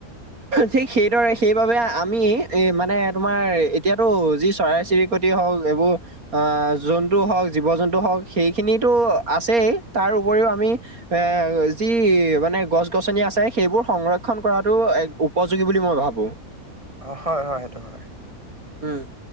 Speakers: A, on the right; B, on the right.
A: ঠিক সেইদৰে সেইবাবে আমি এই মানে তোমাৰ এতিয়াতো যি চৰাই চিৰিক <unintelligible> কটি হক এইবোৰ অ জন্তু হওক জীৱ জন্তু হওক সেইখিনিৰটো আছে এই, তাৰ তাৰ উপৰিও আমি এ যি মানে গছ গছনি আছে সেইবোৰ সংৰক্ষণ কৰাটো <unintelligible> উপযোগী বুলি মই ভাবোঁ।
B: হয় হয় সেইটো হয় <unintelligible>
A: উম'